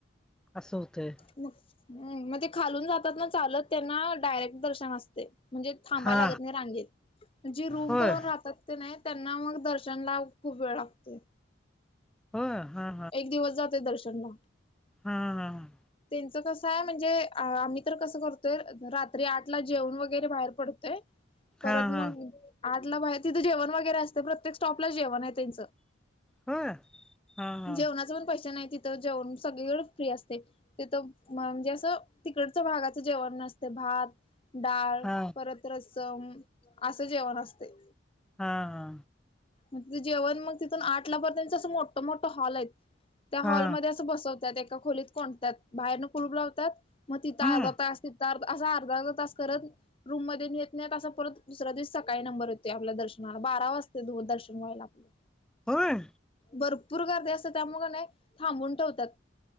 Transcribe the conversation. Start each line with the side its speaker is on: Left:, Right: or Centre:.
Centre: असं होतंय
Left: मग ते खालून जातात ना चालत त्यांना डायरेक्ट दर्शन असते म्हणजे थांबा
Centre: हा
Left: लागत नाही रांगेतेत जे रूम
Centre: होय
Left: करून राहतात ते नाही त्यांना मग दर्शन ला खूप वेळ लागते
Centre: होय हा
Left: एक दिवस जाते दर्शनला
Centre: हम्म हम
Left: त्यांच कस आहे म्हणजे आम्ही तर कसं करतोय रात्री आठ ला जेवण वगैरे बाहेर पडतोय परत
Centre: हा हा
Left: मग आठला तिथे जेवण वगैरे असते प्रत्येक स्टॉपलाच जेवण आहे
Centre: होय हा हा
Left: जेवणाच पण पैसे नाही तिथ जेवण सगळीक फ्री असत तेथ म्हणजे असं तिकडचं भागाचं जेवण नसते भात डाळ
Centre: हा हा
Left: परत रसम असे जेवण असते
Centre: हा हा
Left: तिं जेवण मग तिथून आठ ला पर्यंतच असं मोठ मोठ हॉल आहे त्या हॉलमध्येध्ये
Centre: हा
Left: अस बसत एका खोलीत कोंडतात बाहेरन कुलूप लावतात मग तिथं
Centre: हम्म
Left: अर्धा ता असा अर्धा अर्धा तास करत रूम मध्ये नेत नाही असं परत दुसऱ्या दिवशी सकाळी नंबर येतो आपल्या दर्शनाला बारा वाजते दू दर्शन व्हायला आपलं
Centre: होय
Left: भरपूर गर्दी असत त्यामुळं का नाही थांबून ठेवतात